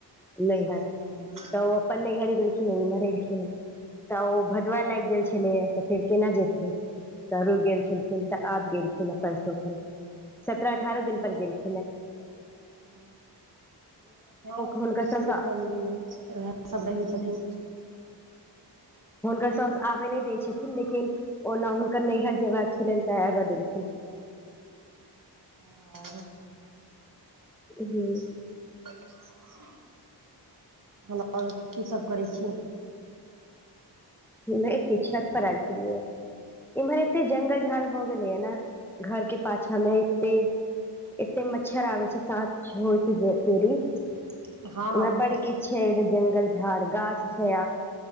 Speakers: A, on the right; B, in the centre.
A: हँ
B: नैहर
A: हँ
B: तऽ अपन नयिहर गेल खिन मरै रा तऽ ओ भादबा लागि गेल छलैए तऽ फेर केना जेतिन तऽ रुक गेल छल तऽ आब गेलखिन परसो ख सत्रह अठारह दिन पर गेल <unintelligible>
A: हँ, देख,
B: हुनकर साउस
A: हम उएह सभ रहै छथिन
B: हुनकर सासु आबय नहि दैत छथिन, लेकिन ओना हुनकर नैहर जयबाक छलनि, तेँ आबऽ देलखिन
A: आओ
B: हू
A: ह आओर की सभ करैत छी
B: नै, कि घाट पर अहाइब गेलियै इम्हर घरक पाछाँ एते जंगल-झाड़ भऽ गेलै हँ ने एते मच्छर छै, आ साँझ होइते बहुत बढ़ि जाइ छै
A: हँ
B: ओतय बड़ किछु जंगल-झाड़ आ आमक गाछ छै